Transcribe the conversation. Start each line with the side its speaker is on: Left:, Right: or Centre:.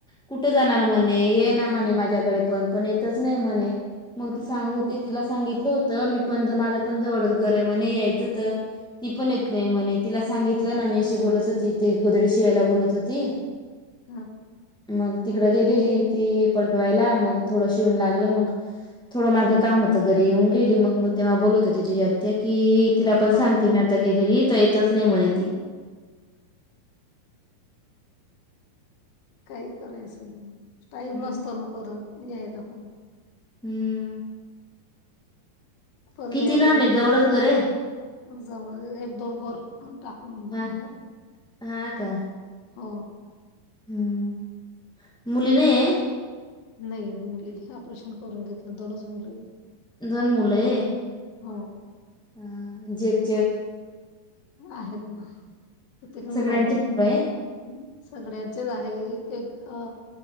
Centre: कुठं जाणार म्हणे ये ना म्हणे माझ्याकडे पण पण येतच नाही म ती सांगत होती तिला सांगितलं होत मी पण माझ पण जवळच घर आहे म्हणे यायचं तर ती पण येत नाही म्हणे तिला सांगितलं ना मी अशी बोलत होती ते गोदडी शिवायला बोलत होती
Left: हम
Centre: मग तिकड गेलेली ती पलटवायला मग थोडं शिवून लागलं मग थोडं माझं काम होतं घरी येऊन गेली मग मग तेव्हा बोलत होती तुझी आत्या कि तिला पण
Left: हा
Centre: सांगते मी गेलेली तर येतच नाही म्हणे ती
Left: काही करायचं गं टाईम
Centre: हं.
Left: नसतो ना परत यायला पण
Centre: हम्म
Left: परत
Centre: किती
Left: यांना
Centre: लांब आहे जवळच घर आहे?
Left: जवळ एक दोन गोर टाकून
Centre: हा
Left: आहे
Centre: हा का
Left: हो
Centre: हम्म मुली नाहीय
Left: नाही मुली ऑपरेशन करून घेतलं दोनच मुलं आहेत
Centre: दोन मुले
Left: हो
Centre: हं जेट
Left: आहेत ना कित्येक मुलं
Centre: सगळ्यांचे
Left: आहे
Centre: पोरं
Left: सगळ्यांचेच आहे ते अ